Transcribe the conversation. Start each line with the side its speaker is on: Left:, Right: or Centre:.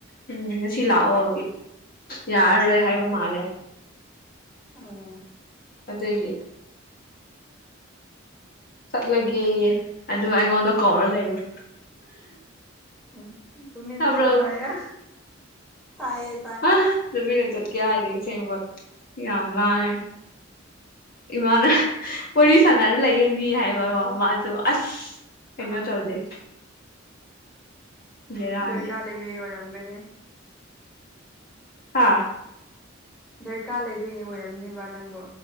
Left: ꯎꯝ ꯉꯁꯤ ꯂꯥꯛꯑꯣ ꯌꯥꯔꯔꯣꯏ ꯍꯥꯏꯕ ꯃꯥꯜꯂꯦ
Centre: ꯑꯣ
Left: ꯑꯗꯨꯗꯦ ꯆꯠꯂꯒꯦꯌꯦ ꯑꯗꯨꯒ ꯑꯩꯉꯣꯟꯗ ꯀꯧꯔ ꯂꯩꯕ
Centre: ꯎꯝ ꯇꯃꯤꯃꯤ
Left: ꯇꯥꯕ꯭ꯔꯣ
Centre: ꯅ ꯆꯂꯣ ꯑꯌꯥ ꯇꯥꯏꯥꯏ
Left: ꯑ ꯇꯨꯃꯤꯅ ꯆꯠꯀꯦ ꯍꯥꯏꯗꯦ ꯑꯁꯦꯡꯕ ꯌꯥꯝ ꯂꯥꯉꯦ ꯏꯃꯥꯅ ꯄꯨꯔꯤ ꯁꯥꯟꯅꯔ ꯂꯩꯌꯦꯅꯤ ꯍꯥꯏꯕꯀꯣ ꯃꯥꯁꯨ ꯑꯁ ꯀꯅꯣꯗꯥꯎꯗꯦ
Centre: ꯑꯥ
Left: ꯕꯦꯔꯥꯅꯤ
Centre: ꯗꯔꯀꯥꯔ ꯂꯩꯕ ꯑꯣꯏꯔꯝꯒꯅꯤ
Left: ꯍꯥꯥ
Centre: ꯗꯔꯀꯥꯔ ꯂꯩꯗꯣꯏꯅꯦ ꯑꯣꯏꯔꯝꯅꯦꯕ ꯅꯪꯕꯨ